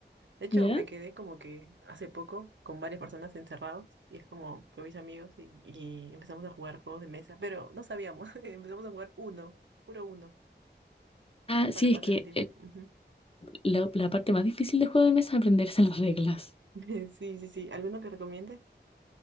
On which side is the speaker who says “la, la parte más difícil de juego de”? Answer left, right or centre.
Left